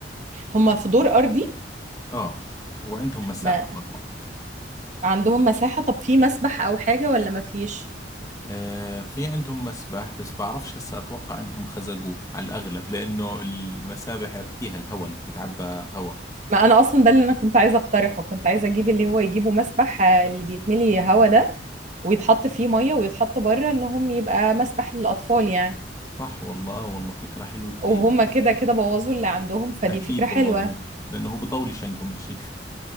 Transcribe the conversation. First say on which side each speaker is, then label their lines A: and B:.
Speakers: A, on the right; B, on the left.
A: هما في دور ارضي
B: اه وعندهم مساحة
A: ما
B: برا
A: عندهم مساحة طب في مسبح او حاجة ولا ما فيش
B: آه في عندهم مسبح بس بعرفش هسا اتوقع انهم خزقوه على الاغلب لانه المسابح عرفتيها الهواء اللي بتتعبى هواء
A: ما انا اصلا ده اللي انا كنت عايزة اقترحه كنت عايزة اجيب اللي هو يجيبه مسبح آه، اللي بيتملي هوا ده ويتحط فيه ميه ويتحط بره انهم يبقى مسبح للاطفال يعني
B: صح والله والله فكرة حلوة كثير
A: وهم
B: يعني
A: كده كده بوظوا اللي عندهم فدي
B: اكيد
A: فكره حلوه
B: بوظوه لانه هو بطولش عندهم إشي.